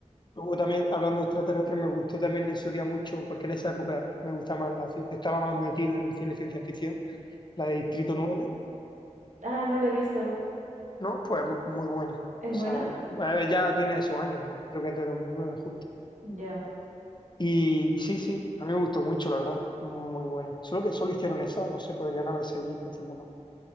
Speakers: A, on the left; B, on the right.
A: Luego también, hablando de extraterrestres, me gustó también en su día mucho, porque en esa época me gustaba más la... ci- Estaba más metido en el cine de ciencia ficción, la de Distrito Nueve
B: Ah, no la he visto.
A: ¿no? Pues muy buena. O
B: ¿Es buena?
A: sea, bueno, ya tiene sus años, creo que es de 2009 justo.
B: Ya.
A: Y sí, sí, a mí me gustó mucho, la verdad, muy buena. Solo que solo hicieron esa, no sé, podrían haber seguido haciendo más,